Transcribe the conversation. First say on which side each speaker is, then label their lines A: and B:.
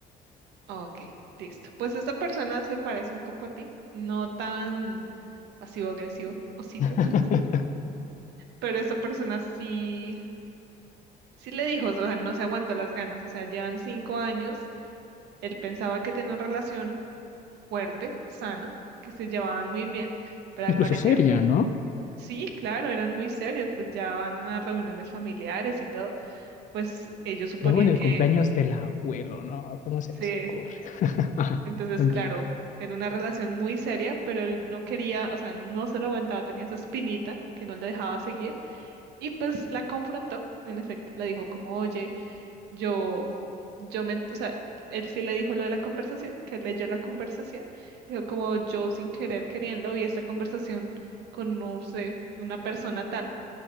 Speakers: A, on the right; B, on the left.
A: Okay. Listo. Pues esta persona se parece un poco a ti, no tan pasivo-agresivo, osito,
B: <laughs>
A: <laughs> pero esta persona sí, sí le dijo, o sea, no se aguantó las ganas, o sea, llevan cinco años, él pensaba que tenían una relación fuerte, sana, que se llevaban muy bien, pero
B: Incluso
A: al parecer,
B: seria, ¿no?
A: sí, claro, eran muy serios, pues ya van a reuniones familiares y todo pues ellos suponían
B: Luego en el
A: que
B: cumpleaños del abuelo, ¿no? ¿Cómo se
A: sí.
B: les ocurre? <laughs> Ajá,
A: Entonces,
B: continúa.
A: claro, era una relación muy seria, pero él no quería, o sea, no se lo aguantaba, tenía esa espinita que no le dejaba seguir y pues la confrontó. En efecto, le dijo como, oye, yo, yo me, ent- o sea, él sí le dijo lo de la conversación, que leyó la conversación, dijo como yo sin querer queriendo vi esta conversación con, no sé, una persona tal.